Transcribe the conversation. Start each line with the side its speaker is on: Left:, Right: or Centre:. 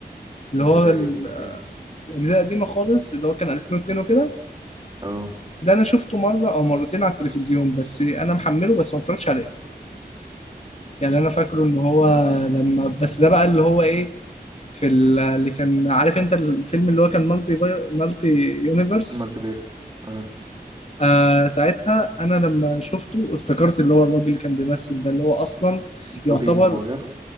Left: اللي
Right: من
Left: هو
Right: الأجزاء
Left: ال-
Right: القديمة اللي يعني
Left: الاجزاء القديمه خالص اللي هو كان 2002 وكده
Right: اه
Left: ده انا شفته مره او مرتين على التلفزيون بس انا محمله بس ما اتفرجتش عليه يعني انا فاكره ان هو لما بس ده بقى اللي هو ايه في ال- اللي كان عارف انت الفيلم اللي هو كان مالتي فاير مالتي يونيفرس
Right: مالتيفيرس اه
Left: آه ساعتها انا لما شفته افتكرت اللي هو الراجل اللي كان بيمثل ده اللي هو اصلا يعتبر
Right: توبي ماجواير